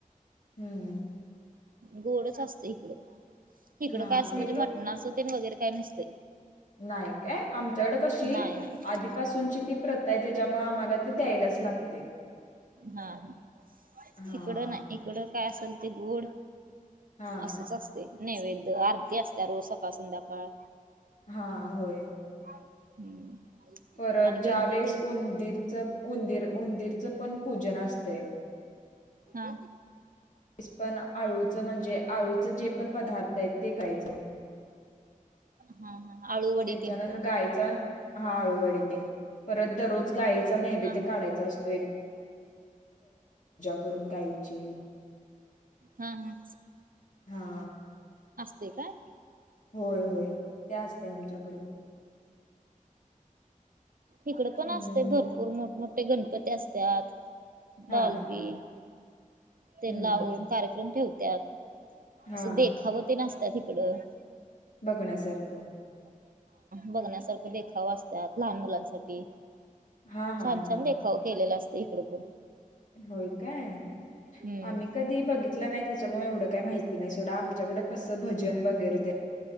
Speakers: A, on the left; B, on the right.
A: हम्म.
B: गोडच असतय इकडं इकडं
A: हा
B: काय असं
A: ते
B: म्हणजे मटणाचं तेन वगैरे काय नसतय.
A: नाई काय आमच्याकड कशी
B: नाही नाही
A: आधीपासूनची- ती प्रथा त्याच्यामुळ आम्हाला ते द्यायलाच लाग.
B: हा हा
A: हा
B: इकडं नाय इकडं काय असेल ते गोड-
A: हा
B: असंच असतय नैवेद्य आरती असत्या रोज सकाळ संध्याकाळ.
A: हा होय.
B: <inaudible>
A: परत
B: आणि गणपतीला
A: ज्या वेळेस उंदीरच उंदीर उंदीरच पण- पूजन असतय.
B: हा.
A: तेस पण आळूचं म्हणजे आळूचं जे पण पदार्थ हायत ते कायचं.
B: हा हा. आळूवडी
A: त्याच्यावर
B: तीन
A: गायचा हा अळूवडी तेन. परत दरोज गाईचा नैवेद्य
B: हा हा
A: काढायच असतो. करून गायची
B: हा हम. ह.
A: हा
B: ते काय?
A: होय होय ते असतय आमच्याकडं.
B: इकड पण
A: हम्म
B: असतय भरपूर मोठ मोठे गणपती असत्यात
A: हा
B: डाॅल्बी- तेन
A: हम्म
B: लावून कार्यक्रम ठेवत्यात,
A: हां
B: असं देखावं ते नसत्यात इकडं -
A: बघण्यासारखं -
B: बघण्यासारख देखावा असत्यात, लहान मुलांसाठी,
A: हां, हां,
B: छान-छान
A: हां.
B: देखावं केलेला अस इकडं पण
A: होय काय?
B: हम्म
A: आम्ही कधी बघितलं नायत त्याच्यामुळे एवढं काही माहिती नाही, सोडा आमच्याकडं कसं, भजन वगैरे ते